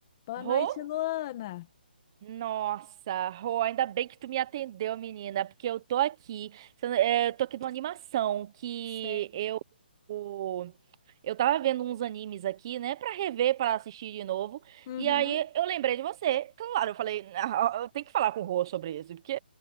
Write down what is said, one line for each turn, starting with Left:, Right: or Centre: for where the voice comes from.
Left: Boa
Right: Rô?
Left: noite, Luana.
Right: Nossa, Rô, ainda bem que tu me atendeu, menina, porque eu tô aqui, se eu não- eh, eu tô aqui numa animação que
Left: Sério.
Right: eu o- eu tava vendo uns animes aqui, né, Pra rever, pra assistir de novo,
Left: Uhum.
Right: e aí eu lembrei de você. Claro, eu falei, "Ah, eu tenho que falar com o Rô sobre isso, porque